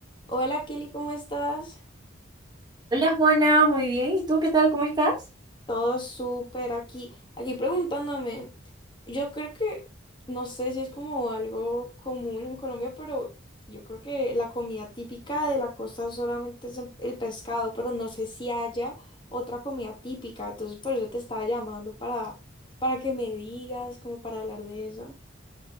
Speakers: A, on the left; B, on the right.
A: Hola Kelly, ¿cómo estás?
B: Hola Juana, muy bien. ¿Y tú qué tal? ¿Cómo estás?
A: Todo súper aquí. Aquí preguntándome, yo creo que, no sé si es como algo común en Colombia, pero yo creo que la comida típica de la costa solamente es el el pescado, pero no sé si haya otra comida típica. Entonces por eso te estaba llamando para, para que me digas, como para hablar de eso.